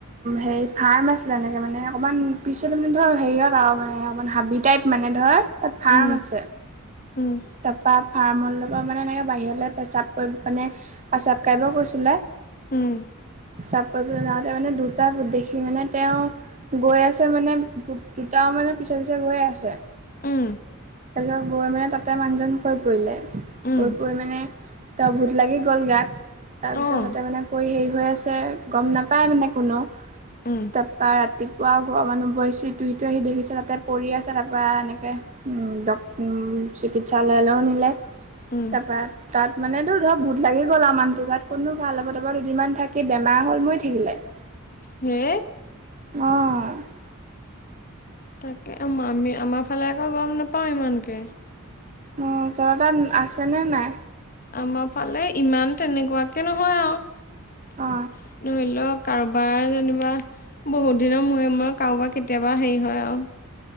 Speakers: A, on the right; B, on the left.
A: হেৰি ফাৰ্ম আছিলে এনেকে মানে অকমান পিচত যেনিবা হেয়িয়ত আও মানে অকমান হাবি টাইপ মানে ধৰ তাত ফাৰ্ম
B: উম
A: আছে।
B: উম
A: তাপা ফাৰ্মৰ লগত মানে এনেকে বাহিৰলে পেচাব কৰি মানে পাচাব কৰিব গৈছিলে।
B: উম
A: পাচাব কৰিবলে যাওঁতে মানে দুটা ভূট দেখি মানে তেওঁ গৈ আছে মানে, ভূত দুটাও মানে পিছে পিছে গৈ আছে।
B: উম
A: তাৰপিছত গৈ মানে তাতে মানুহজন শুই পৰিলে শুই
B: উম
A: পৰি মানে তাৰ ভূত লাগি গ'ল গাত, তাৰপিছত
B: অঁ
A: তাতে মানে কৰি হেৰি হৈ আছে, গম নাপায় মানে কোনো
B: উম।
A: তাপা ৰাতিপুৱা ঘৰৰ মানুহবোৰ আহিছে ইটো হিটো আহি দেখিছে তাতে পৰি আছে, তাপা এনেকে উম ডক উম চিকিৎসালয়লেও নিলে
B: উম
A: তাপা তাত মানেতো ধৰক ভূত লাগি গ'ল আও মানুহটোৰ গাত, ক'তনো ভাল হ'ব, তাপা দুদিনমান থাকি বেমাৰ হ'ল মৰি থাকিলে। <unintelligible>
B: হে
A: অঁ
B: তাকে আমি আমাৰ ফালে আকৌ গম নাপাওঁ ইমানকৈ।
A: অ, থত তাত আছেনে নাই?
B: আমাৰ ফালে ইমান তেনেকুৱাকে নহয় আৱ।
A: অ
B: ধৰি লওক কাৰোবাৰ যেনিবা বহুত দিনৰ মূৰে মূৰে কাৰোবাৰ কেতিয়াবা হেৰি হয় আৱ।